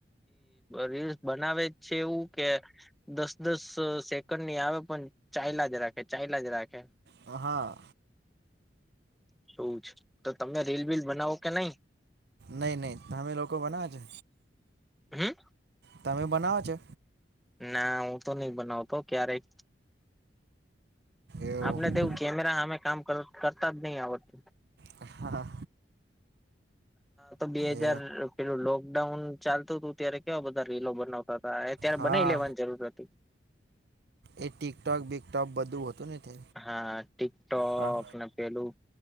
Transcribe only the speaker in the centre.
રીલ્સ બનાવે છે, એવું કે દસ દસ સેકન્ડની આવે પણ ચાયલા જ રાખે ચાલા જ રાખે.
એવું છે, તો તમે રીલ બિલ બનાવો કે નહીં?
હું.
ના હું તો નહીં બનાવતો ક્યારેય
આપને તેવું કેમેરા હામે કામ કરતા જ નહીં આવડતુ.
તો બે
હજાર પેલું લોકડાઉન ચાલતું હતું, ત્યારે કેવા બધા રીલો બનાવતા હતા. ત્યારે
બનાઈ લેવાની જરૂર હતી.
હા ટિકટોક
ને પેલું.